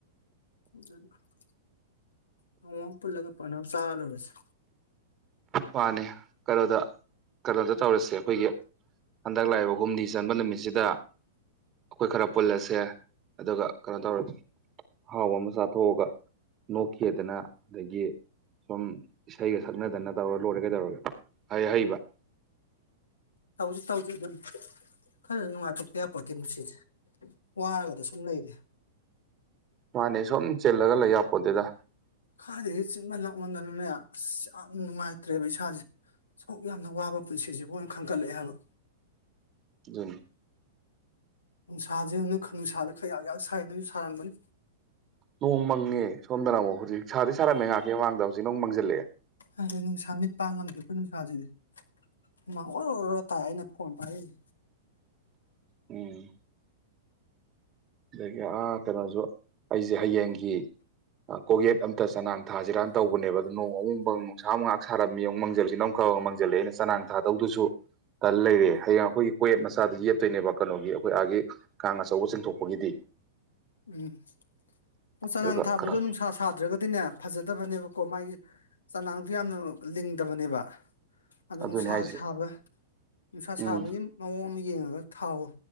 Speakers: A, on the left; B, on the right.
A: <unintelligible> ꯅꯣꯡꯃ ꯑꯃ ꯄꯨꯜꯂꯒ ꯄꯟ ꯑꯃ ꯆꯥ ꯂꯣꯏꯔꯦꯁꯦ
B: ꯃꯥꯅꯦ ꯀꯩꯅꯣꯗ ꯀꯩꯅꯣꯗ ꯇꯧꯔꯁꯦ ꯑꯩꯈꯣꯏꯒꯤ ꯍꯟꯗꯛ ꯂꯥꯛꯏꯕ ꯍꯨꯝꯅꯤ ꯆꯟꯕ ꯅꯨꯃꯤꯠꯁꯤꯗ ꯑꯈꯣꯏ ꯈꯔ ꯄꯨꯜꯂꯁꯦ ꯑꯗꯨꯒ ꯈꯔ ꯀꯩꯅꯣ ꯇꯧꯔ ꯑꯍꯥꯎ ꯑꯃ ꯆꯥꯊꯣꯛꯑꯒ ꯅꯣꯛꯈꯦꯗꯅ ꯑꯗꯒꯤ ꯁꯨꯝ ꯏꯁꯩꯒ ꯁꯛꯅꯗꯅ ꯇꯧꯔ ꯂꯣꯏꯔꯦ ꯀꯩꯗꯧꯔꯒꯦ ꯍꯩ ꯍꯩꯕ
A: ꯇꯧꯖꯤ ꯇꯧꯖꯤ ꯑꯗꯨꯝ ꯈꯔ ꯅꯨꯡꯉꯥꯏꯊꯣꯛꯇ ꯌꯥꯄꯣꯠꯇꯦ ꯃꯨꯟꯁꯤꯖꯦ ꯋꯥꯔꯒꯗ ꯁꯨꯝ ꯂꯩꯔꯦ
B: ꯃꯥꯅꯦ ꯁꯨꯝ ꯆꯤꯜꯂꯒ ꯂꯩ ꯌꯥꯄꯣꯠꯇꯦꯗ
A: ꯈꯥꯏꯗꯒꯤ ꯆꯤꯟꯃꯟ ꯂꯛꯃꯟꯗꯅꯅꯦ ꯑꯁ ꯌꯥꯝ ꯅꯨꯡꯉꯥꯏꯇ꯭ꯔꯦꯕ ꯏꯁꯥꯖꯦ ꯑꯁꯨꯛ ꯌꯥꯝꯅ ꯋꯥꯕ ꯄꯨꯟꯁꯤꯖꯤꯕꯨ ꯑꯅꯥ ꯈꯟꯒꯠꯂꯛꯑꯦ ꯍꯥꯏꯕ
B: ꯑꯗꯨꯅꯤ
A: ꯅꯨꯡꯁꯥꯖꯦ ꯉꯨꯅꯦ ꯈ ꯅꯨꯡꯁꯥꯥꯗ ꯈꯌꯥꯛ ꯌꯥꯛ ꯁꯥꯏ ꯅꯣꯏꯖꯨ ꯁꯥꯔꯝꯒꯅꯤ
B: ꯅꯣꯡ ꯃꯪꯉꯦ ꯁꯣꯝꯗꯅ ꯑꯃꯨꯛ ꯍꯧꯖꯤꯛ ꯁꯥꯗꯤ ꯁꯥꯔꯝꯃꯦ ꯉꯥꯏꯍꯥꯛꯀꯤ ꯃꯃꯥꯡꯗ ꯍꯧꯖꯤꯛꯅꯃꯨꯛ ꯃꯪꯖꯤꯜꯂꯛꯑꯦ
A: ꯑꯗꯨ ꯅꯨꯡꯁꯥ ꯃꯤꯠ ꯄꯥꯡ ꯉꯝꯗꯦ ꯑꯈꯣꯏ ꯅꯨꯡꯁꯥꯖꯤꯗꯤ ꯍꯨꯃꯥꯡ ꯑꯣꯔꯣ ꯔꯣ ꯇꯥꯏ ꯑꯩꯅ ꯐꯣꯟ ꯄꯥꯏꯔꯩꯖꯦ
B: ꯎꯝ ꯑꯗꯒꯤ ꯑꯥ ꯀꯩꯅꯣꯖꯨ ꯑꯩꯖꯦ ꯍꯌꯦꯡꯒꯤ ꯑꯥ ꯀꯣꯛꯌꯦꯠ ꯑꯝꯇ ꯆꯅꯥꯡ ꯊꯥꯖꯤꯔꯥꯅ ꯇꯧꯕꯅꯦꯕ ꯗꯣ ꯅꯣꯡ ꯑꯃꯨꯛ ꯃꯡ ꯅꯨꯡꯁꯥ ꯑꯃꯨꯛ ꯉꯥꯍꯥꯛ ꯁꯥꯔꯝꯃꯤ ꯑꯃꯨꯛ ꯃꯪꯖꯜꯁꯤ ꯅ ꯃꯨꯛ ꯀꯧ ꯃꯥꯡꯖꯜꯂꯛꯑꯦꯅ ꯆꯅꯥꯡ ꯊꯥꯗꯧꯗꯨꯁꯨ__ ꯇꯜ ꯂꯩꯔꯦ ꯍꯌꯦꯡ ꯑꯩꯈꯣꯏꯒꯤ ꯀꯣꯌꯦꯠ ꯃꯆꯥꯗ ꯌꯦꯠꯇꯣꯏꯅꯦꯕ ꯀꯅꯣꯒꯤ ꯑꯩꯈꯣꯏ ꯑꯥꯒꯤ ꯀꯥꯡ ꯑꯆꯧꯕ ꯆꯤꯡꯊꯣꯛ__ ꯄꯣꯒꯤꯗꯤ
A: ꯎꯝ ꯑꯣ ꯆꯅꯥꯡ
B: ꯑꯗꯨꯒ
A: ꯊꯥꯕꯗꯣ
B: ꯈꯔ
A: ꯅꯨꯡꯁꯥ ꯁꯥ__ ꯗ꯭ꯔꯒꯗꯤꯅꯦ ꯐꯖꯗꯕꯅꯦꯕꯀꯣ ꯃꯥꯒꯤ ꯆꯅꯥꯡꯗꯨ ꯌꯥꯝꯅ ꯂꯤꯡꯗꯕꯅꯦꯕ ꯑꯗꯨ
B: ꯑꯗꯨꯅꯦ
A: ꯅꯨꯡꯁꯥ
B: ꯍꯥꯏꯁꯦ
A: ꯁꯥꯕ ꯅꯨꯡꯁꯥ
B: ꯎꯝ
A: ꯁꯥꯕꯒꯤ ꯃꯑꯣꯡꯃ ꯌꯦꯡꯉꯒ ꯊꯥꯎꯋꯣ